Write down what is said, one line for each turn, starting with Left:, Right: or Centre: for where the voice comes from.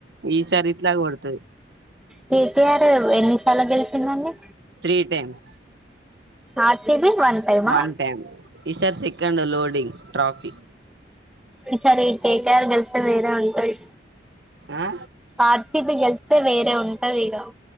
Right: ఈసారి ఇట్లా కొడుతది
Centre: కెటిఆర్ ఎన్ని సార్ల గెలిసిందండి.
Right: త్రీ టైమ్స్
Centre: ఆర్సిబి టైమా
Right: వన్ టైమ్ ఈసారి సెకండ్ లోడింగ్ ట్రోఫీ.
Centre: ఈ సారి కెటిఆర్ గెలుతే వేరే ఉంటది.
Right: ఆ
Centre: ఆర్సీపీ గెళ్తే వేరే ఉంటది ఇక